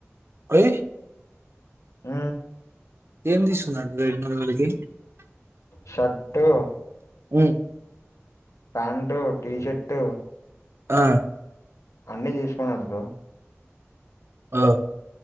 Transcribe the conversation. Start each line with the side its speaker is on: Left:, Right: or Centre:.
Right: హయి
Left: ఉ
Right: ఏం తీసుకున్నారు బ్రో <unintelligible>
Left: షర్టు
Right: అ
Left: ప్యాంట్ టీషర్ట్
Right: ఆ
Left: అన్ని తీసుకున్నాడు బ్రో
Right: ఆ